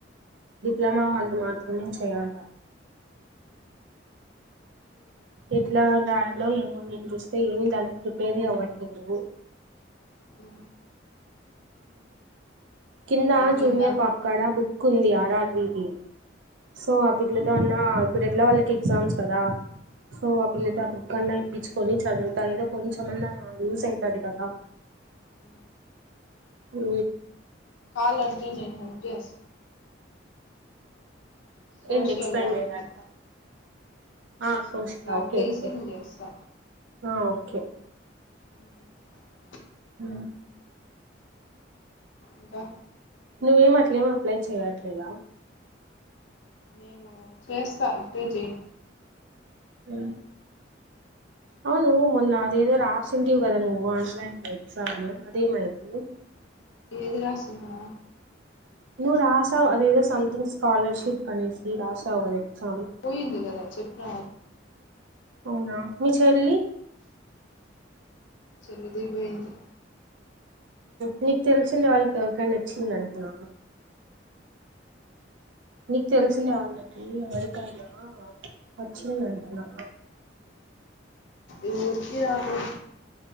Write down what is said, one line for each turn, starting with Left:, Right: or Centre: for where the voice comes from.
Right: డిప్లొమా వాళ్ళు మాత్రమే చేయాల
Left: అ <inaudible>
Right: ఎట్లా దలో ఏమో నేను చూస్తే ఏ దానికి ప్రిపేర్ అవ్వట్లేదు నువ్
Left: ఉ
Right: కింద
Left: ఎట్లా
Right: జూనియర్
Left: ఇంకా
Right: పాపకార్డ బుక్ కుంది ఆరాద్వి ది సో ఆ పిల్ల కన్నా ఇప్పుడ ఆ పిల్ల వాళ్లకి ఎగ్జామ్స్ కదా సో ఆ పిల్లతే ఆ బుక్ కన్నా ఇప్పించుకొని చదువుతా ఏదో కొంచెమన్నా యూస్ అయితది కదా
Left: ఉ
Right: ఉ
Left: కాాలంటే నేను హెల్ప్ చేస్ సోషల్
Right: ఏంది ఎక్స్ప్లెయిన్
Left: కాబట్టి
Right: చేయడానీకా ఆ చూసినా
Left: నాకు
Right: ఓకే
Left: తెలిసింది
Right: ఓకే
Left: చేస్తా
Right: ఆ ఓకే
Left: ఉ
Right: హ
Left: ఇంకా
Right: నువ్వేం అట్లేం అప్లై చేయ్యట్లేదా
Left: నేను చేస్తా ఇప్పుడే
Right: ఆ అవును మొన్న అది ఏదో రాసింటివి కదా ఆన్లైన్లో ఎగ్జామ్ అదే ఏమైంది
Left: ఏది రాసిందా
Right: నువ్వు రాశావు అదేదో సథింగ్ స్కాలర్షిప్ కనేసి రాశావు కదా ఎగ్జామ్
Left: పోయింది కదా చెప్పిన
Right: అవునా మీ చెల్లి
Left: చెల్లిదే పోయింది
Right: నీకు తెలిసింనా వాళ్ళకి ఎవరికైనా వచ్చిందంటనా నీకు తెలిసింనా వాళ్ళకి ఎవరికైనా వచ్చిందంటనా
Left: ఎవరికి రాలేదు